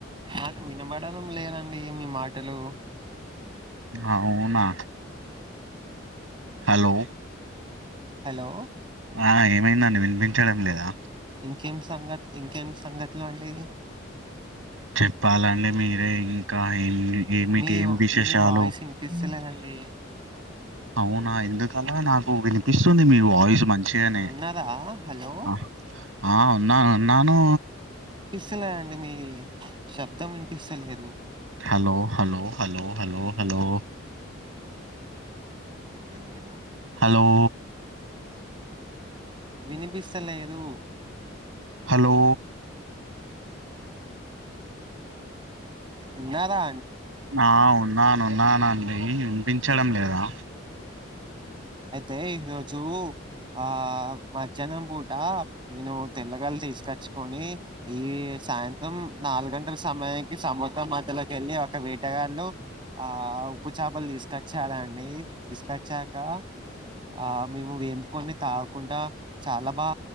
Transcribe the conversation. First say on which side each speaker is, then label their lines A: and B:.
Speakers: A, on the right; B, on the right.
A: నాకు వినబడడం లేదండి మీ మాటలు
B: అవునా హలో
A: హలో
B: ఆ ఏమైందంని వినిపించడం లేదా
A: ఇంకేమి సంగతి ఇంకేమి సంగతులు అండి
B: చెప్పాలండి మీరే ఇంకా ఏం ఏమిటి
A: మీ
B: ఏం విశేషాలు
A: మీ వాయిస్ వినిపిస్తలేదండి
B: అవునా ఎందుకలా నాకు వినిపిస్తుంది మీ వాయిస్ మంచిగానే
A: ఉన్నదా హలో
B: ఆ ఆ ఉన్నాను ఉన్నాను
A: ఛలే అండి మీ శబ్దం వినిపిస్తలేదు
B: hello hello hello hello hello
A: వినిపింతలేదు
B: హలో
A: వినిపిస్తలేదు
B: హలో
A: ఉన్నారా
B: ఆ ఉన్నాను ఉన్నానండి వినిపించడం లేదా
A: అయితే ఈ రోజు ఆ మాధ్యాహ్నం పూట నేను తెల్లగాలు తీసుకొచ్చుకొని ఈ సాయంత్రం నాలుగు గంటల సమయానికి సముద్రం అ అందులోకెళ్ళి ఒక వీటగాళ్ళు ఆ ఉప్పు చేపలు తీసుకొచ్చారుండి తీసుక చాకా ఆ మేము వేంపుకొని తాగకుండా చాలా బా